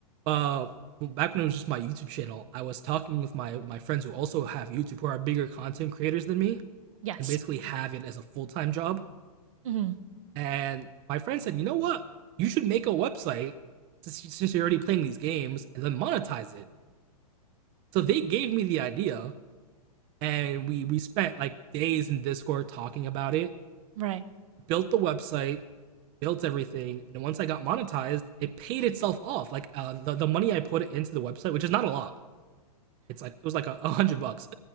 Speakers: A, on the right (about 25°); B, on the right (about 60°).
A: uh, back when it was just my YouTube channel, I was talking with my my friends who also have YouTube, who are bigger content creators than me,
B: yes.
A: and basically have it as a full time job
B: hmm
A: And my friend said, you know what? You should make a website since, you're already playing these games and then monetize it. So they gave me the idea, and we we spent like days in Discord talking about it.
B: Right.
A: Built the website, built everything, and once I got monetized, it paid itself off. Like uh, the the money I put into the website, which is not a lot. It's like it was like a, a hundred bucks,